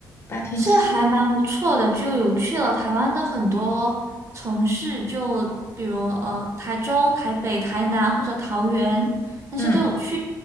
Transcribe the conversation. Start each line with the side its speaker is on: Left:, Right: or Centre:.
Left: 八天七，
Right: 是还蛮不错的，就有去了台湾的很多城市，就比如呃台中、台北、台南或者桃园，那些都有去。
Left: 嗯，